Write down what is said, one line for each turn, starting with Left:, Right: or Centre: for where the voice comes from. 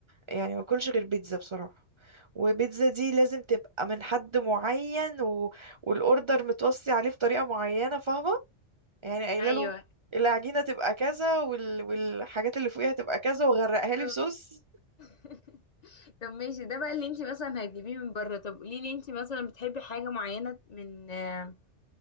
Right: يعني ما باكلش غير بيتزا بصراحة وبيتزا دي لازم تبقى من حد معين و... والاوردر متوصي عليه بطريقة معينة فاهمة يعني قايله
Left: ايوه
Right: له العجينة تبقى كذا وال... والحاجات اللي فوقيها تبقى كذا وغرقها
Left: طب
Right: لي صوص
Left: <laughs> طب ماشي ده بقى اللي انت مثلا هتجيبيه من بره طب قولي لي انت مثلا بتحبي حاجة معينة من آه،